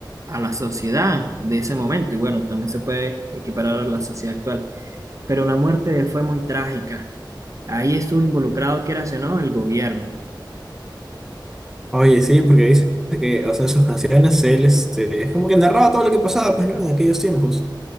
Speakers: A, on the right; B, in the centre.
A: a la sociedad de ese momento. Y bueno, también se puede equiparar a la sociedad actual. Pero la muerte de él fue muy trágica. Ahí estuvo involucrado, quieras o no, el gobierno.
B: Oye, sí, porque dice que, o sea, en sus canciones él, este, es como que narraba todo lo que pasaba, pues, ¿no? En aquellos tiempos.